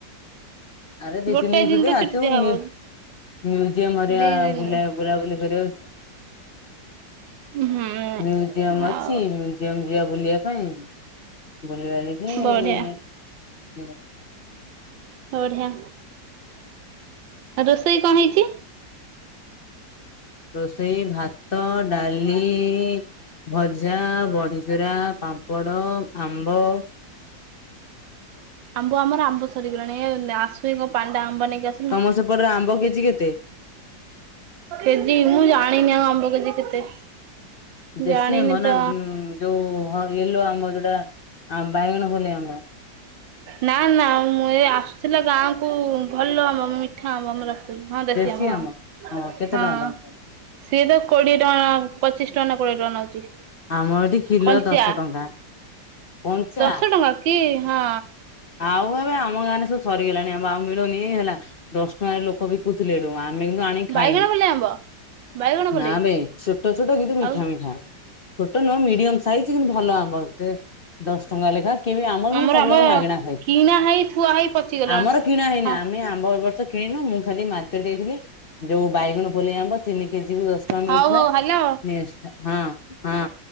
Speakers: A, on the left; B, on the right.
A: ଆରେ ଦି
B: ଗୋଟାଏ
A: ତିନି ଦିନ ଛୁଟି
B: ତ
A: ଆସିବୁ
B: ଦିଆହବ
A: ନି ମି ମ୍ୟୁଜିିୟମ
B: ଦି ଦିନ
A: ବୁଲାବୁଲି କରିବାକୁ
B: ହୁଁ
A: ମ୍ୟୁଜିିୟମ ଅଛି
B: ଆଉ
A: ମ୍ୟୁ ମ୍ୟୁଜୟମ ଯିବା ବୁଲିବା ପାଇଁ ବୁଲି ବାଲିକି
B: ବଢିଆ ବଢିଆ। ଆଉ ରୋଷେଇ କଣ ହେଇଛି?
A: ରୋଷେଇ ଭାତ ଡାଲି ଭ ଭଜା, ବଢିଚୁରା, ପାମ୍ପଡ଼, ଆମ୍ବ।
B: ଆମ୍ଭ ଆମର ଆମ୍ଭ ସରିଗଲାଣି ଆସୁ ଏକ ପାଣ୍ଡା ଆମ୍ବ ନେଇକି ଆସି
A: ତମ ସେପଟରେ ଆମ୍ବ କେଜି କେତେ?
B: କେଜି ମୁଁ ଜାଣିନି ଆଉ ଆମ୍ବ କେଜି କେତେ?
A: ଦେଶୀ
B: ଜାଣିନି
A: ଆମ୍ବ ନା
B: ତ
A: ଯୋଉ ୟେଲୋ ଆମ୍ବ ଯୋଉଟା ବାଇଗଣ ପଳେଇ ଆମ୍ବ।
B: ନା ନା ମୁଁ ଏ ଆସୁଥିଲା ଗାଁ କୁ ଭଲ ଆମ୍ବ ମିଠା ଆମ୍ବ ମୁଁ ରଖଥିଲି ହଁ ଦେଶି
A: ଦେଶୀ
B: ଆମ୍ବ। ହଁ,
A: କେତେ
B: ହଁ।
A: ଟଙ୍କା ତମ
B: ସିଏ ତ କୋଡିଏ ଟଙ୍କା ପଚିଶ ଟଙ୍କା ନା କୋଡିଏ ଟଙ୍କା ନଉଛି।
A: ଆମର ଏଠି କିଲୋ
B: କଞ୍ଚା।
A: ଦଶ ଟଙ୍କା କଞ୍ଚା।
B: ଦଶ ଟଙ୍କା କି ହଁ।
A: ଆଉ ଏବେ ଆମ ଗାଁ ରେ ସବୁ ସରିଗଲାଣି ଆମ୍ଭ ଆଉ ମିଳୁନି ହେଲା ଦଶ ଟଙ୍କାରେ ଲୋକ ବି ବିକୁଥିଲେ ହେଟୁ ଆମେ କିନ୍ତୁ ଆଣିକି ଖାଇନୁ।
B: ବାଇଗଣ ପଲେଇ ଆମ୍ବ ବାଇଗଣ
A: ନା
B: ପଲେଇ
A: ମେ ଛୋଟ ଛୋଟ କିନ୍ତୁ ମିଠା
B: ଆଉ
A: ମିଠା। ଛୋଟ ନୁହଁ ମିଡିୟମ ସାଇଜ୍ କିନ୍ତୁ ଭଲ ଆମ୍ବ ସେ ଦଶ ଟଙ୍କା ଲେଖା କେବେ ଆମରୁ
B: ଆମର
A: ସବୁ
B: ଆମ୍ବ
A: ଯାକ ମାଗେଣା।
B: କିଣା ହେଇ ଥୁଆ ହେଇ ପଚିଗଲା।
A: ଆମର କିଣା ହେଇନା
B: ହଁ
A: ଆମେ ଆମ୍ବ ଏ ବର୍ଷ କିଣିନୁ ମୁଁ ଖାଲି ମାର୍କେଟ ଯାଇଥିଲି। ଯୋଉ ବାଇଗଣ ପଲେଇ ଆମ୍ବ ତିନି କେଜି କୁ ଦଶ ଟଙ୍କା ମିଳୁଥୁଲା
B: ହଉ ହଉ ହ୍ୟାଲୋ
A: ନେଇ ଆସିଥା ହଁ ହଁ।